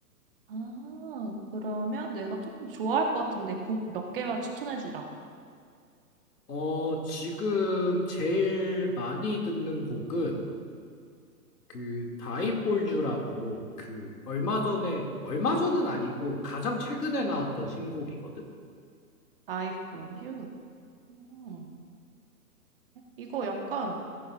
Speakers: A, on the right; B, on the left.
A: 아, 그러면 내가 조금 좋아할 것 같은데 곡 몇 개만 추천해 주라.
B: 어, 지금 제일 많이 듣는 곡은, 그 다이폴주라고 그 얼마 전에 얼마 전은 아니고 가장 최근에 나왔던 신곡이거든.
A: Die for you. 음. 이거 약간